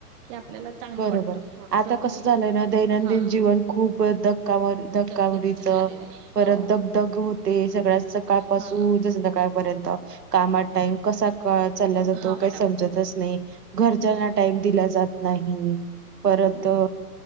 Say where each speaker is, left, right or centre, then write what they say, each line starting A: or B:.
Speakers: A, on the right; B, on the right.
A: की आपल्याला चांगलं
B: बरोबर
A: वाटतं थोडस
B: आता
A: म्हणजे
B: कस झालंय ना दैनंदिन
A: हा
B: जीवन खूप एकदम धका धक्कामरीच
A: दगदगीच झालेलं आहे
B: परत
A: हो
B: दग, दग होते सगळ्यात सकाळपसून
A: हा
B: ज संध्याकाळ परत कामात टाईम कसा चालला जातो
A: हा मॅडम
B: काही समजतच नाही घरच्यांना
A: हम्म
B: टाइम दिला जात नाही
A: हम्म
B: परत अ